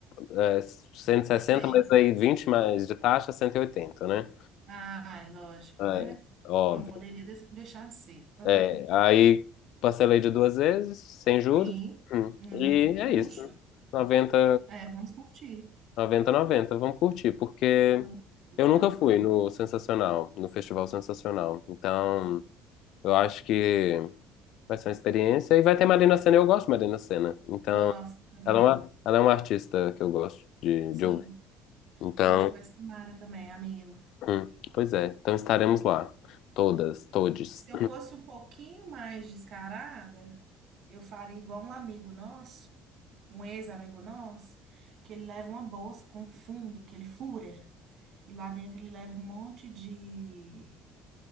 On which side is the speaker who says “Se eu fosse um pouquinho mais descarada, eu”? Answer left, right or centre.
Right